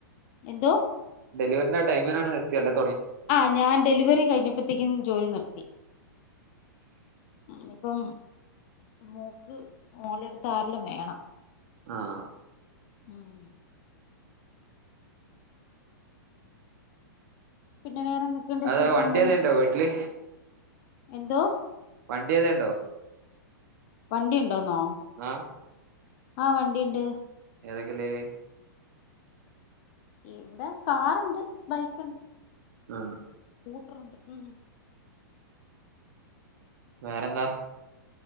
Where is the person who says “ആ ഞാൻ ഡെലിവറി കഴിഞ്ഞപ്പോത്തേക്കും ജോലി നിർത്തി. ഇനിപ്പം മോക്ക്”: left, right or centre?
Left